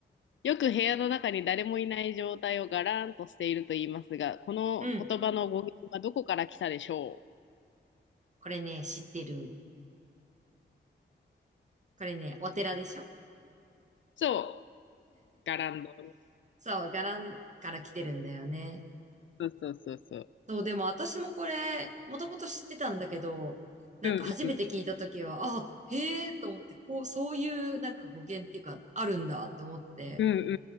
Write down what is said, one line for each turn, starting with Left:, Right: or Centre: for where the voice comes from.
Left: よく部屋の中に誰もいない状態をガラーンとしていると言いますが、この言葉の語源はどこから来たでしょう
Right: うん。これね、知ってる。これね、お寺でしょ
Left: そう。ガランド。
Right: <laughs> そう、伽藍から来てるんだよね。
Left: そうそうそうそう。
Right: そう、でも私もこれ、もともと知ってたんだけど、なんか初めて聞いたときは、
Left: うんうん。
Right: あ、へえと思って、こう、そういうなんか語源っていうか、あるんだと思って、
Left: うんう